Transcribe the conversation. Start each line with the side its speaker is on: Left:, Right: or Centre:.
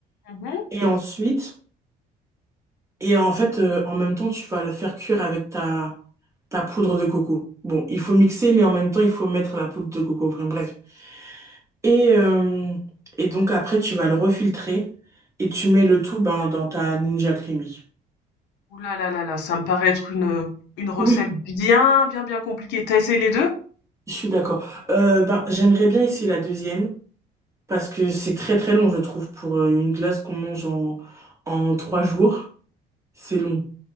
Left: Ok.
Right: Et ensuite, et en fait, euh, en même temps, tu vas le faire cuire avec ta, ta poudre de coco. Bon, il faut mixer, mais en même temps, il faut mettre la poudre de coco. Enfin, bref. Et, euh, et donc après, tu vas le refiltrer et tu mets le tout ben, dans ta Ninja Creamy.
Left: Ouh là là là là, ça me paraît être une, une recette
Right: Oui,
Left: bien, bien, bien compliquée. T'as essayé les deux
Right: je suis d'accord. Euh, ben, j'aimerais bien essayer la deuxième parce que c'est très très long, je trouve, pour euh, une glace qu'on mange en, en trois jours. C'est long.